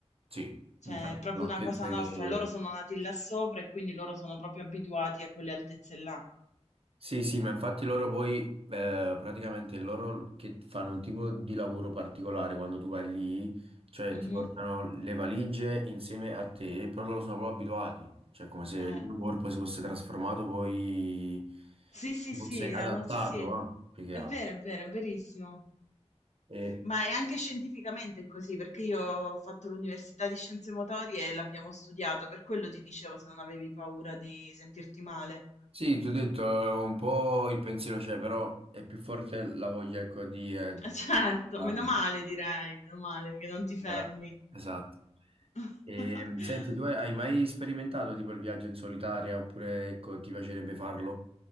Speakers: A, on the right; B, on the left.
A: Sì,
B: Cioè,
A: infatti,
B: è proprio
A: no,
B: una
A: penso
B: cosa
A: che
B: nostra. Loro sono nati là sopra e quindi loro sono proprio abituati a quelle altezze là.
A: Sì, sì, ma infatti loro poi, eh, praticamente loro che fanno un tipo di lavoro particolare quando tu vai lì, cioè
B: Mh-mh.
A: ti portano le valigie insieme a te, però loro sono proprio abituati, cioè come se il
B: Eh.
A: loro corpo si fosse trasformato poi,
B: Sì, sì,
A: si
B: sì,
A: fosse adattato,
B: hanno sì, sì.
A: no? Più che
B: È
A: altro.
B: vero, è vero, è verissimo.
A: E,
B: Ma è anche scientificamente così, perché io ho fatto l'università di scienze motorie e l'abbiamo studiato, per quello ti dicevo se non avevi paura di sentirti male.
A: sì, ti ho detto, eh, un po' il pensiero c'è, però è più forte la voglia, ecco, di... eh,
B: Eh
A: di-
B: certo,
A: ah,
B: meno male direi, meno male che non ti fermi.
A: era- esatto.
B: <laughs>
A: E, senti, tu hai mai sperimentato tipo il viaggio in solitaria oppure ecco, ti piacerebbe farlo?